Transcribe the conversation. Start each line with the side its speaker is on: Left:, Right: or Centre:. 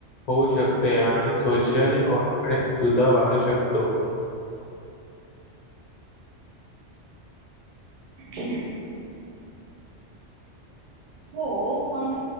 Left: होऊ शक ते. आणि सोशल कॉन्फिडेन्स सुद्धा वाढू शकतो.
Right: <unintelligible> हो. पण